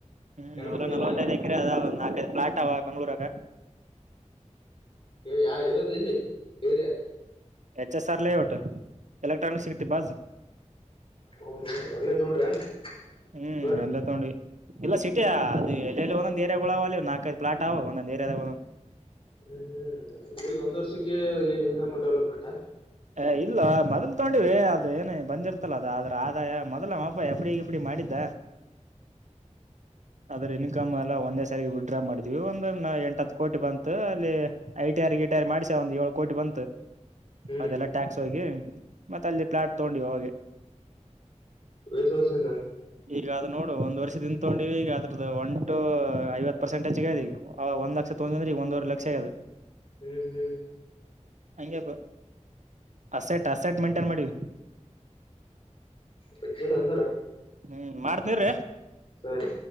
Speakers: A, on the right (about 70°); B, on the left (about 45°).
A: ಹ್ಮ್
B: ಹೆಣ್ಮಕ್ಳು
A: ಹೊಲ ನಲ್ವತ್ತೈದ್
B: ಇಲ್ ಏನ.
A: ಅದ ಒಂದು ನಾಕ ಐದ ಪ್ಲಾಟ್ ಅವ ಬೆಂಗಳೂರುದಾಗ್.
B: ಹ್ಮ್ ಯಾ ಇರೋದು ಇಲ್ಲಿ ಯಾ area.
A: H S R layout electronic city ಬಾಜ.
B: ಓಹೋ ಒಳ್ಳೆ ತೊಗೊಂಡ್ರ ಏನ್
A: ಹ್ಮ್
B: ಪ್ಲಾಟ್
A: ಅಲ್ಲೇ ತೊಗೊಂಡಿವಿ. ಇಲ್ಲ ಸಿಟಿ ಅದು ಎಲ್ಲೆಲ್ಲಿ ಒಂದೊದ ಏರಗಳು ಅವ ಅಲ್ಲಿ ನಾಕೈಐದು ಪ್ಲಾಟ್ ಅವವು ಒಂದ್ ಏರದ.
B: ಹ್ಮ್ ಹ್ಮ್ ಹೋಗಿ ಒಂದ್ ವರ್ಷಕ್ಕೆ ಇ ನಮನಿ ಡೆವಲಪ್ಮೆಂಟ್.
A: ಏ ಇಲ್ಲೋ ಮೊದಲ್ ತಗೊಂಡಿವಿ ಅದ ಏನ ಬಂದ್ರ್ತಲ್ಲ ಅದ ಆದ್ರ. ಮೊದಲ ನಮ್ಮ ಎಪ್ಪ ಎಫಡ ಇಫಡಿ ಮಾಡಿದ್ದ. ಅದರ ಇನ್ಕಮ್ ಎಲ್ಲ ಒಂದೇ ಸಾರ ವಿಡ್ಡ್ರಾ ಮಾಡಿದ. ಒಂದ ಎಂಟಹತ್ತ ಕೋಟಿ ಬಂತು ಅಲ್ಲಿ ಐಟಿ ಆರ್ ಗಿಟಿ ಆರ್ ಮಾಡ್ಸ ಒಂದ್ ಏಳು ಕೋಟಿ ಬಂತು.
B: ಹ್ಮ್
A: ಅದೆಲ್ಲ
B: ಹ್ಮ್
A: ಟ್ಯಾಕ್ಸ್ ಹೋಗಿ ಮತ್ತೆ ಅಲ್ಲಿ ಪ್ಲಾಟ್ ತೊಗೊಂಡ್ವಿ ಹೋಗಿ.
B: ಎಸ್ ವರ್ಷಿಂದ.
A: ಈಗ ಅದು ನೋಡು ಒಂದ್ ವರ್ಷ ಹಿಂದ್ ತೊಂಡಿವಿ ಈಗ ಅದ್ರದ ಒಂ ಟು ಐವತ್ತು ಪರ್ಸೆಂಟೇ ಹೆಚ್ಗಿ ಈಗ. ಅವ ಒಂದ ಲಕ್ಷ ತೊಗೊಂಡಿರಿ ಅಂದ್ರ ಈಗ ಒಂದವರೆ ಲಕ್ಷ ಅಗೆದ.
B: ಹ್ಮ್ ಹ್ಮ್.
A: ಹಂಗೆ. ಅಸೆಟ್ ಅಸೆಟ್ ಮೆಂಟೈನ್ ಮಾಡೀವ.
B: ವಜ್ಜೆ ಎಲ್ಲ ಒಂದಾರ.
A: ಹ್ಮ್ ಮಾಡ್ತಿನಿ ಇರ.
B: ಸರಿ.